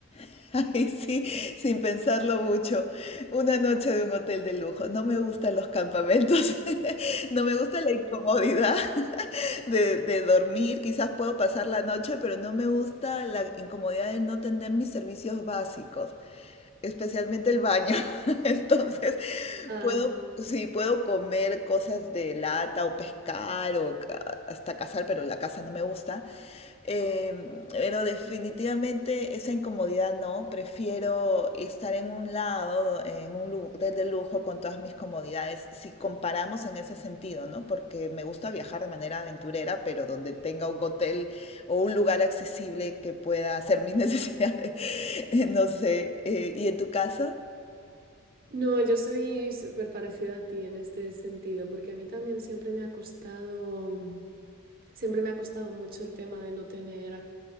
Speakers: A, on the left; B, on the right.
A: <laughs> Ay, sí, sin pensarlo mucho. Una noche de un hotel de lujo. No me gustan los campamentos. <laughs> No me gusta la incomodidad <laughs> de, de dormir. Quizás puedo pasar la noche, pero no me gusta la incomodidad de no tener mis servicios básicos especialmente el baño. <laughs> Entonces,
B: Ah,
A: puedo, sí, puedo comer cosas de lata o pescar o ca- hasta cazar, pero la caza no me gusta. Em, pero definitivamente esa incomodidad no, prefiero estar en en un lado, en un lu- hotel de lujo con todas mis comodidades, si comparamos en ese sentido, ¿no? Porque me gusta viajar de manera aventurera, pero donde tenga un hotel o un lugar accesible que pueda hacer mis <laughs> necesidades, no sé. eh, ¿y en tu caso?
B: no, yo soy súper parecida a ti en este sentido, porque a mí también siempre me ha costado, siempre me ha costado mucho el tema de no tener